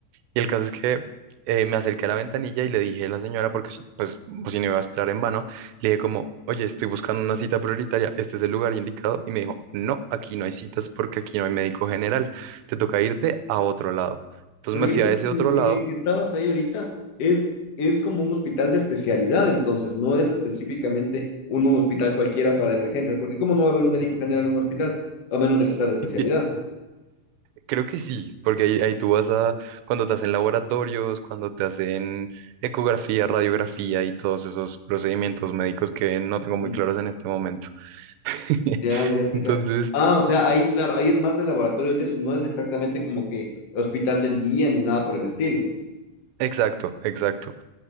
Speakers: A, on the right (about 85°); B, on the left (about 75°).
A: Y el caso es que eh, me acerqué a la ventanilla y le dije a la señora, porque si- pues, pues, si no iba a esperar en vano, le dije como, oye, estoy buscando una cita prioritaria, este es el lugar indicado. Y me dijo, no, aquí no hay citas porque aquí no hay médico general, te toca irte a otro lado. Entonces
B: Pero
A: me
B: entonces
A: fui a ese otro
B: en el,
A: lado.
B: en el que estabas ahí ahorita es, es como un hospital de especialidad, entonces, no es específicamente un hospital cualquiera para emergencias, porque ¿cómo no va a haber un médico general en un hospital? A menos de que sea
A: <laughs>
B: de especialidad.
A: Creo que sí, porque ahí, ahí tú vas a, cuando te hacen laboratorios, cuando te hacen ecografía, radiografía y todos esos procedimientos médicos que no tengo muy
B: Ujú.
A: claros en este momento. <laughs>
B: Ya, ya
A: Entonces,
B: te cacho. Ah, o sea, ahí, claro, ahí es más de laboratorios y eso, no es exactamente como que hospital del día ni nada por el estilo.
A: exacto, exacto.